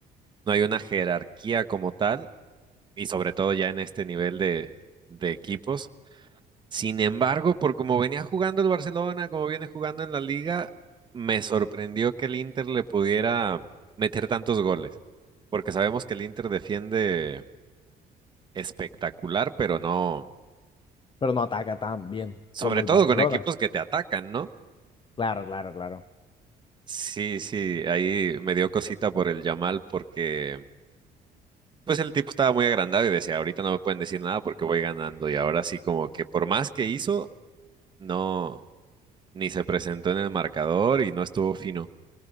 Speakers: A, on the right (about 25°); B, on the left (about 30°).
A: no hay una jerarquía como tal, y sobre todo ya en este nivel de, de equipos. Sin embargo, por como venía jugando el Barcelona, como viene jugando en la liga, me sorprendió que el Inter le pudiera meter tantos goles, porque sabemos que el Inter defiende espectacular, pero no,
B: Pero no ataca tan bien
A: sobre
B: como el
A: todo
B: Barcelona.
A: con equipos que te atacan, ¿no?
B: Claro, claro, claro.
A: Sí, sí, ahí me dio cosita por el Yamal porque Pues el tipo estaba muy agrandado y decía, ahorita no me pueden decir nada porque voy ganando. Y ahora sí, como que por más que hizo, no, ni se presentó en el marcador y no estuvo fino.